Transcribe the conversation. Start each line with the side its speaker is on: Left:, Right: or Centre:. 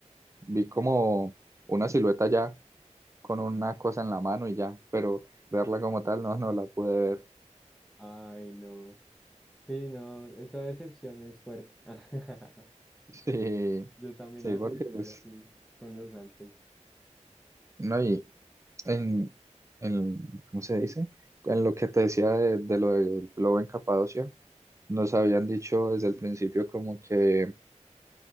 Right: vi como una silueta ya con una cosa en la mano y ya, pero verla como tal no, no la pude ver. <laughs>
Centre: Ay, no. Sí, no, esa decepción es fuerte. <laughs>
Right: Sí,
Centre: Yo también
Right: sí,
Centre: la
Right: porque
Centre: sentí
Right: pues,
Centre: así con los Alpes.
Right: no, y en, en, ¿cómo se dice? En lo que te decía de, de lo del globo en Capadocia, nos habían dicho desde el principio como que